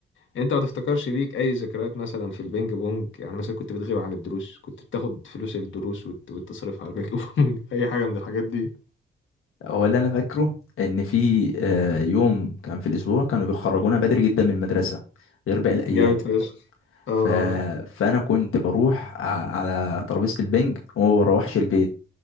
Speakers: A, on the left; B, on the left.
A: انت ما تفتكرش ليك اي ذكريات مثلا في البينج بونج يعني مثلا كنت بتغيب عن الدروس كنت بتاخد فلوس الدروس وت... وتصرفها على البينج بونج <laughs> اي حاجه من الحاجات دي
B: هو اللي انا فاكره ان في آه، يوم كان في الاسبوع كانوا بيخرجونا بدري جدا من المدرسه غير باقي الايام
A: جامد فشخ اه
B: ف...
A: آه.
B: فانا كنت بروح ع- على ترابيزه البنج وما بروحش البيت